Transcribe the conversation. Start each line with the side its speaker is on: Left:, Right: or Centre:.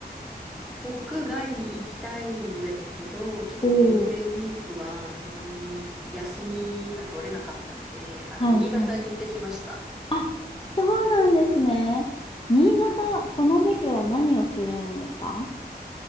Centre: 国外に行きたいんですけど、ちょっとゴールデンウィークはそんなに休みが取れなかったので、
Left: おおー、
Centre: あの、
Left: はいはい。
Centre: 新潟に行ってきました。
Left: あ、そうなんですね。新潟、この時期は何をするんですか